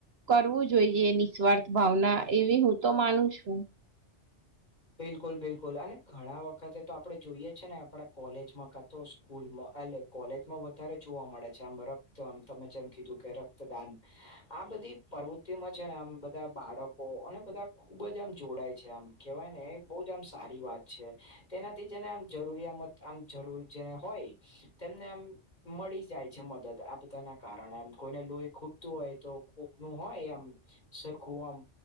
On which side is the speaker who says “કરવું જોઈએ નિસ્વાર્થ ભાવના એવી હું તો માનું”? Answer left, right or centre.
Right